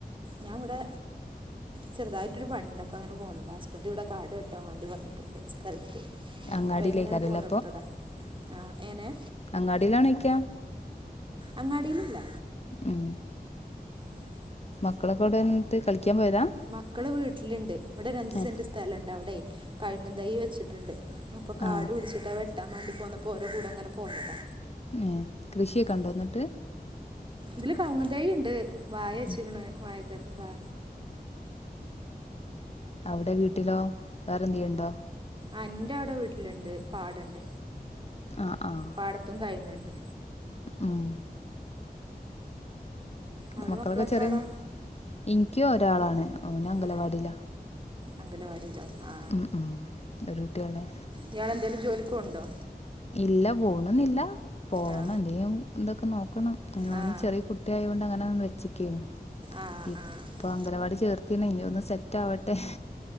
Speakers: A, on the right; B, on the left.
A: ഞാൻ വടെ ചെറുതായിട്ട് പണിണ്ട്‌ അപ്പോ അങ്ങനെ പോന്നത ഹസ്ബന്റ് ഇവടെ കാട് വെട്ടാൻ വേണ്ടി വന്നത്. ണ്ട് സ്ഥലത്ത്
B: അങ്ങാടിയിലേക്കാരല്ലേ
A: അപ്പൊ അയ്ൻ ഇങ്ങനെ പോന്നടുത്തതാ ആ എനെ
B: അങ്ങാടിയിലാണോയ്ക്ക
A: അങ്ങാടിയിലല്ല.
B: ഉം
A: ആഹ്
B: മക്കളെക്കേടെന്നട്ട് കളിക്കാൻ പോയതാ.
A: മക്കള് വീട്ടിലുണ്ട് ഇവിടൊരു അഞ്ചസെന്റ്
B: ഏ
A: സ്ഥലണ്ട്. അവടെയ് കഴുങ്ങും തൈ വെച്ചിട്ടുണ്ട്. അപ്പൊ കാട്
B: ആ
A: പിടിച്ചിട്ടാ വെട്ടാൻമാണ്ടി പോന്നപ്പോ ഓരോ കൂടെ അങ്ങനെ പോന്നതാ.
B: ങേ കൃഷിയൊക്കെ
A: ഉം
B: ണ്ടോ ന്നട്ട്.
A: ഇതില് കൗങ്ങ്ന്തായി ണ്ട് വായ
B: ഉം.
A: ച്ച്ക്കണ്. വായകൻ വ
B: അവടെ വീട്ടിലോ വേറെന്തിയെണ്ടോ?
A: ആ ന്റെ അവടെ വീട്ടില്ണ്ട് പാടണ്ട്.
B: അ ആഹ്
A: പാടത്തും കഴിങ്ങ്ണ്ട്.
B: ആഹ്
A: അവിടെ
B: മക്കളൊക്കെ
A: മക്കൾ എത്ര
B: ചെറിയ
A: ആളാ
B: ഇന്ക്കും ഒരാളാണ് ഓന് അംഗലവാടില്ല.
A: ഏ അംഗലവാടിയിലോ? ആ
B: ഉം ഉം ഒരു കുട്ടിയൊള്ളേ.
A: ഇയാളെന്തേലും ജോലിക്ഓണ്ടോ
B: ഇല്ല പോണെന്നില്ല പോണം
A: ആ
B: എന്തേലും തൊക്കെ നോക്കണം അയ്ന് ഓൻ
A: ആ
B: ചെറി കു കുട്ടിആയൊണ്ട് അങ്ങനെ വച്ചിക്കേനു
A: ആ
B: ഇപ്പ
A: ആ
B: അംഗലവാടി ചേർത്തിണ് ഇനി ഒന്ന് സെറ്റ് ആവട്ടെ